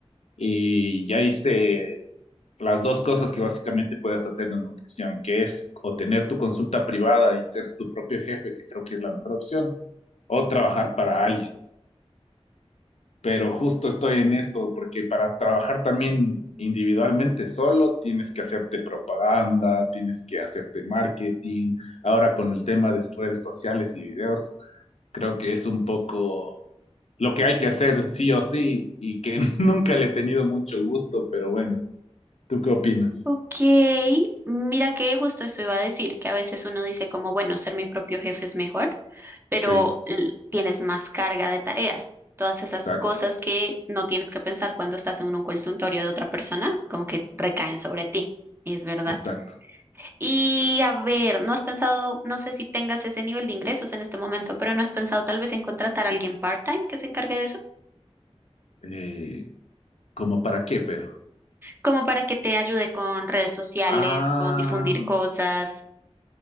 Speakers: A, on the left; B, on the right.
A: y ya hice las dos cosas que básicamente puedes hacer en nutrición, que es o tener tu consulta privada y ser tu propio jefe, que creo que es la mejor opción, o trabajar para alguien pero justo estoy en eso, porque para trabajar también individualmente solo tienes que hacerte propaganda, tienes que hacerte marketing. Ahora con el tema de redes sociales y videos, creo que es un poco lo que hay que hacer sí o sí y que <laughs> nunca le he tenido mucho gusto, pero bueno, ¿tú qué opinas?
B: Ok, mira que justo eso iba a decir, que a veces uno dice como, bueno, ser mi propio jefe es mejor, pero
A: Sí,
B: l- tienes más carga de tareas. Todas esas
A: exacto,
B: cosas que no tienes que pensar cuando estás en un consultorio de otra persona, como que recaen sobre ti. Es verdad.
A: exacto.
B: Y a ver, ¿no has pensado, no sé si tengas ese nivel de ingresos en este momento, pero ¿no has pensado tal vez en contratar a alguien part-time que se encargue de eso?
A: Eh, ¿Como para qué, pero?
B: Como para que te ayude con redes sociales,
A: Ah,
B: con difundir cosas.